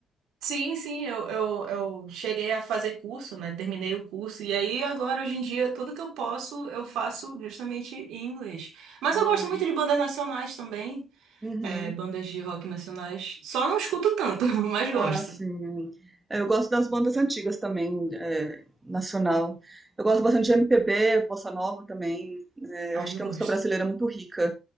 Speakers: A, on the right; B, on the right.
A: Sim, sim, eu, eu, eu cheguei a fazer curso, né? Terminei o curso. E aí, agora, hoje em dia, tudo que eu posso, eu faço justamente em inglês. Mas
B: Ai,
A: eu gosto muito de bandas nacionais também,
B: uhum.
A: é, bandas de rock nacionais. Só não escuto tanto, <laughs> mas gosto.
B: Ah, sim. É, Eu gosto das bandas antigas também, é, nacional. Eu gosto bastante de MPB, bossa nova também. É,
A: Ah,
B: eu acho
A: eu
B: que
A: gosto.
B: a música brasileira é muito rica.